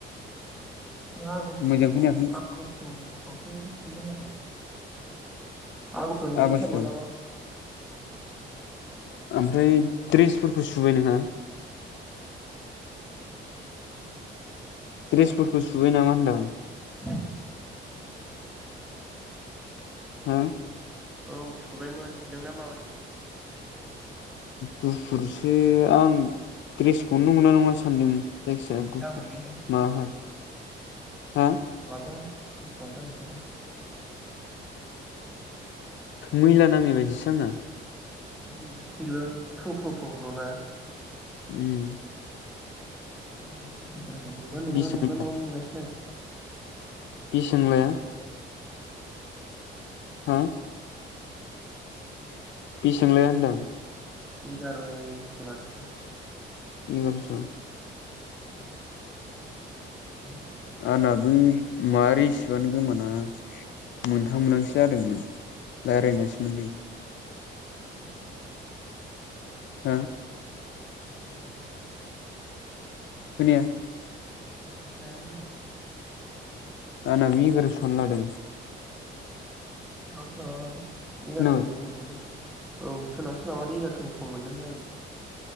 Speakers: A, in the centre; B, on the left.
A: आगस्ट
B: मोजां खोनायाखै
A: आगस्टआव खावसे हैगोन होनाखैमोन? आगस्तनि
B: आगष्ट'
A: एक थारिकआव नामा?
B: ओमफ्राय द्रेसफोरखौ सुबाय नोंहा?
A: <inaudible>
B: द्रेसफोरखौ सुबाय नामा होनदां?
A: <inaudible>
B: हो?
A: औ सुबायमोन नोंना माबायदि?
B: गुफुरसो आं ड्रेसखौनो मोना नङा सान्दों। जायखिजाया गुफुर
A: जागौलै
B: माहा
A: आं
B: हा?
A: द्रेसखौ आलदा द्रेसखौ आलादा नुखादों आं।
B: मैला नांनाय बायदिसो आंना।
A: ओम बिदिबा फ्र फ फ फ्र ना?
B: उम।
A: फोथाय थाराखै नंगौना
B: बिसोंला
A: नङा नंगा नङा मोनगासिनो आं।
B: इ सोंलाया
A: माबा
B: हा?
A: <inaudible>
B: बिसोंलाया होनदां
A: एगार' स लादों दां।
B: इगारस'।
A: नोंना बेबे लाया?
B: आंनाबो मा रिसिपआनो गोमाना मोनथाम मोनहांसो जादोंमोन राय्लायनासो मोनदों।
A: बेसां लायामोन?
B: हो?
A: <inaudible>
B: खोनाया।
A: <inaudible>
B: आनाबो एगारस'आनो लादों।
A: <unintelligible>
B: खोनाबाय
A: <unintelligible>